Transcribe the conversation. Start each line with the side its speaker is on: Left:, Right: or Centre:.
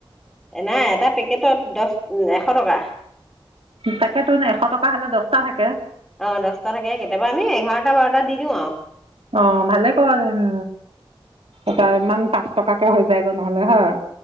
Centre: এনাই এটা পেকেটত দহ উম এশ টকা
Right: তাকেতো এশ টকা হ'লে দহটা থাকে
Centre: অ দছটা থাকে কেতিয়াবা আমি এঘাৰটা, বাৰটা দি দিওআ
Right: অ ভালে পোৱা যায় উ
Centre: উম,
Right: এটা ইমান পাহ টকাকে হৈ যায়গৈ নহ'লে হয়